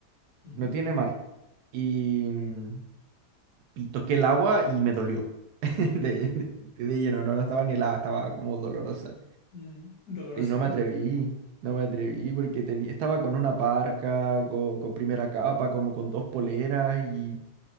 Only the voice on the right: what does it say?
no tiene mar, y, mm, y toqué el agua y me dolió <laughs> de, de lleno, no, no estaba ni helada, estaba como dolorosa.
Y no
me atreví, no me atreví porque tenía estaba con una parca, co- con, primera capa, como con dos poleras y,